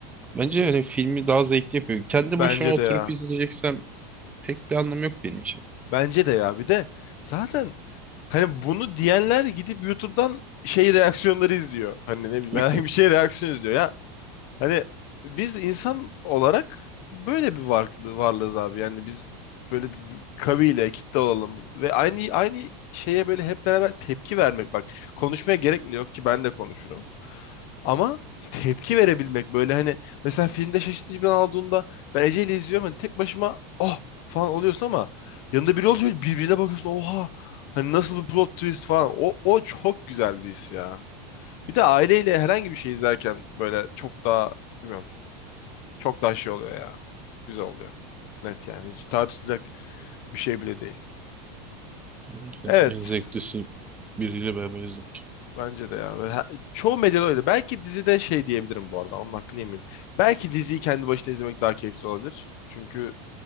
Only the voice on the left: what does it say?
Bence
de ya.
Bence de ya. Bir de zaten hani bunu diyenler gidip YouTube'dan şey reaksiyonları izliyor. Hani ne bileyim
<laughs> herhangi bir şey reaksiyon izliyor ya. Hani biz insan olarak böyle bir varlığı, varlığız abi. Yani biz böyle bir kabile, kitle olalım ve aynı aynı şeye böyle hep beraber tepki vermek bak. Konuşmaya gerek bile yok ki ben de konuşurum. Ama tepki verebilmek böyle hani mesela filmde şaşırtıcı bir an aldığında ben Ece ile izliyorum hani tek başıma oh falan oluyorsun ama yanında biri olunca böyle birbirine bakıyorsun oha hani nasıl bir plot twist falan o, o çok güzel bir his ya. Bir de aileyle herhangi bir şey izlerken böyle çok daha bilmiyorum çok daha şey oluyor ya güzel oluyor net yani hiç tartışılacak bir şey bile değil.
Evet
Bence de ya. Ve he- Çoğu medyada öyle. Belki dizide şey diyebilirim bu arada. Onun hakkını yemeyeyim. Belki diziyi kendi başına izlemek daha keyifli olabilir. Çünkü